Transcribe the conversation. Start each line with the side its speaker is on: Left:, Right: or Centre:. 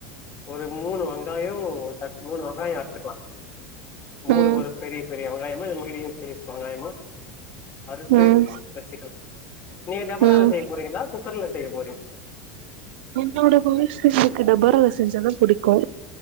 Left: ஒரு மூணு வெங்காயோ மூணு வெங்காயோ எத்துக்கலா மூணுக்கு
Right: ம்
Left: ஒரு பெரிய பெரிய வெங்காயமா இல்ல மீடியம் சைஸ் வெங்காயமா அறுத்து
Right: ம்
Left: வெச்சிக்க நீங்க டபரால
Right: ம்
Left: செய்ய போறீங்களா குக்கர்ல செய்ய போறீங்
Right: என்னோட புருஷனுக்கு டபரால செஞ்சாதா புடிக்கோ